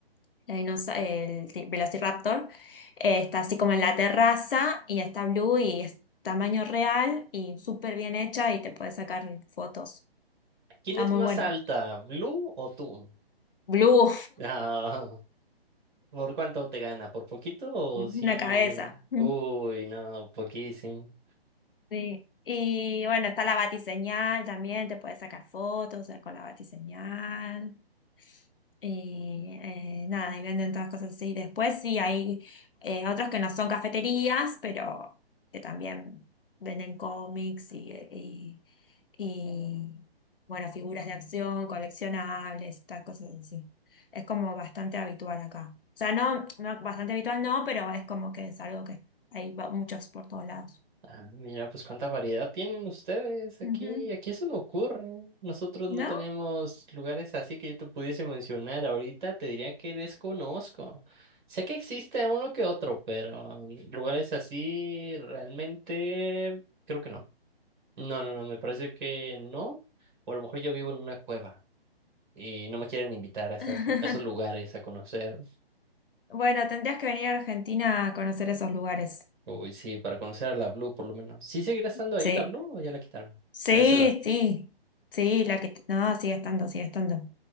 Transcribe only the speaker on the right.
¿Quién
es
más
alta, Blue o tú?
Ah, <laughs> ¿por cuánto te gana? ¿Por poquito
o
sí?
Uy, no, poquísimo.
Ah, mira, pues cuánta variedad tienen ustedes aquí.
Aquí eso no ocurre. Nosotros
no tenemos lugares así que yo te pudiese mencionar ahorita. Te diría que desconozco. Sé que existe uno que otro, pero mm, lugares así realmente creo que no. No, no, no, me parece que no. O a lo mejor yo vivo en una cueva. y no me quieren invitar a, esas,
lu- a esos lugares a conocer.
Uy, sí, para conocer a la Blue por lo menos. ¿Sí seguirá estando
ahí la Blue o ya la quitaron?
A veces la...